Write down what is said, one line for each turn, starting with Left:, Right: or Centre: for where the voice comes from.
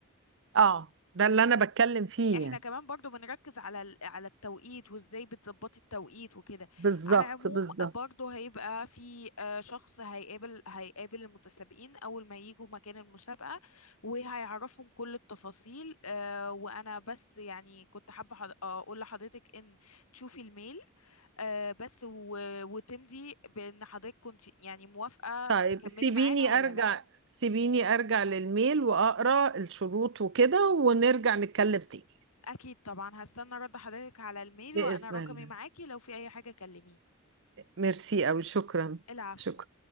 Right: اه ده اللي انا بتكلم فيه
Left: احنا
Right: يعني
Left: كمان برضو بنركز على ال- على التوقيت وازاي بتظبطي التوقيت وكده
Right: بالظبط
Left: على العموم
Right: بالظبط
Left: برضو هيبقى في آه، شخص هيقابل هيقابل المتسابقين اول ما يجوا مكان المسابقة وهيعرفهم كل التفاصيل آه، وانا بس يعني كنت حابة حض- آه، اقول لحضرتك ان تشوفي الميل آه، بس و- وتمضي بان حضرتك كنت يعني موافقة
Right: طيب
Left: تكملي
Right: سيبيني
Left: معانا ولا
Right: ارجع
Left: لا
Right: سيبيني ارجع للميل واقرا الشروط وكده ونرجع نتكلم تاني
Left: اكيد طبعا هستنى رد حضرتك على الميل
Right: بإذن
Left: وانا رقمي
Right: الله
Left: معاكي لو في اي حاجة كلميني
Right: ميرسي أوي شكرا
Left: العفو
Right: شكرا